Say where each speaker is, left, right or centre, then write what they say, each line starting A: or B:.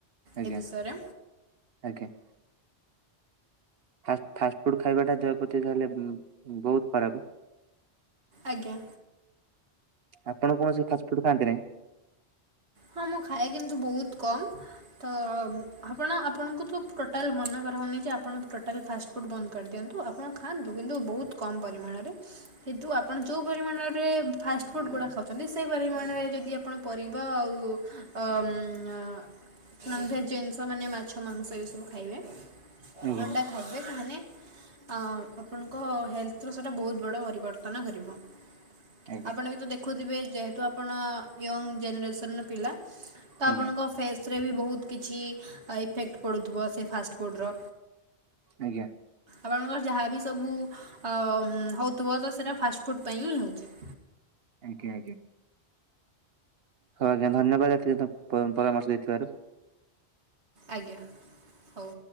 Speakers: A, on the right; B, on the right.
A: ଆଜ୍ଞା
B: ଏ ବିଷୟରେ
A: ଆଜ୍ଞା। ଫାଷ୍ଟ ଫାଷ୍ଟଫୁଡ଼୍ ଖାଇବାଟା ଦେହ ପ୍ରତି ତାହେଲେ ଉଁ ଉଁ ବହୁତ ଖରାପ।
B: ଆଜ୍ଞା।
A: ଆପଣ କୌଣସି ଫାଷ୍ଟଫୁଡ୍ ଖାଆନ୍ତି ନାହିଁ?
B: ହଁ ମୁଁ ଖାଏ କିନ୍ତୁ ବହୁତ କମ୍। ତ ଅ ଆପଣ ଆପଣଙ୍କୁ ତୁ ଟୋଟାଲ ମନା କରାହେଉନି କି ଆପଣ ଟୋଟାଲ ଫାଷ୍ଟ ଫୁଡ୍ ବନ୍ଦ କରିଦିଅନ୍ତୁ ଆପଣ ଖାଆନ୍ତୁ କିନ୍ତୁ ବହୁତ କମ ପରିମାଣରେ। କିନ୍ତୁ ଆପଣ ଯେଉଁ ପରିମାଣରେ ଫାଷ୍ଟଫୁଡ଼୍ ଗୁଡ଼ା ଖାଉଛନ୍ତି ସେଇ ପରିମାଣରେ ଯଦି ଆପଣ ପରିବା ଆଉ ଉ ଅ ମଁ ନନ୍ ଭେଜ ଜିନିଷ ମାନେ ମା ମାଛ ମାଂସ ଏସବୁ ଖାଇବେ
A: ଆଜ୍ଞା
B: ଅଣ୍ଡା ଖାଇବେ ତାହାନେ ଅଁ ଆପଣଙ୍କ ହେଲ୍ଥର ସେଟା ବହୁତ ବଡ଼ ପରିବର୍ତ୍ତନ କରିବ।
A: ଆଜ୍ଞା
B: ଆପଣ ବି ତ ଦେଖୁଥିବେ ଯେହେତୁ ଆପଣ ୟଙ୍ଗ ଜେନେରସନ ର ପିଲା। ତ ଆପଣଙ୍କ
A: ଆଜ୍ଞା
B: ଫେସେରେ ବି ବହୁତ କିଛି ଇଫେକ୍ଟ ପଡ଼ୁଥିବ ସେ ଫାଷ୍ଟ ଫୁଡ଼ର।
A: ଆଜ୍ଞା।
B: ଆପଣଙ୍କର ଯାହାବି ସବୁ ଅ ଉଁ ହେଉଥିବ ତ ସେଇଟା ଫାଷ୍ଟଫୁଡ଼ ପାଇଁ ହିଁ ହେଉଛି।
A: ଆଜ୍ଞ ଆଜ୍ଞା। ହଁ ଆଜ୍ଞା ଧନ୍ୟବାଦ ଏତି ତ ପରମ୍ପରା ପରାମର୍ଶ ଦେଇଥିବାରୁ।
B: ଆଜ୍ଞା ହଉ।